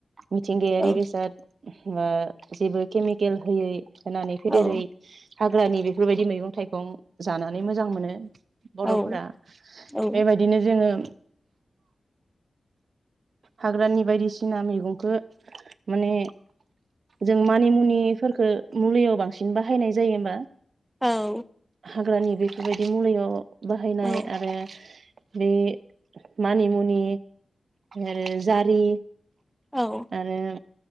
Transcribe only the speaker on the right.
मिथिंगायारि
बेसाद बा जेबो केमिकेल होयै होनानै फैदेरै
हाग्रानि बेफोरबायदि मैगं थाइगं जानानै मोजां मोनो। बर'फोरा
बेबायदिनो जोंङो हाग्रानि बायदिसिना मैगंखौ माने जों मानिमुनिफोरखो मुलियाव बांसिन बाहायनाय जायो होमबा
हाग्रानि बेफोरबायदि मुलियाव बाहायनाय
आरो बे मानिमुनि आरो जारि
आरो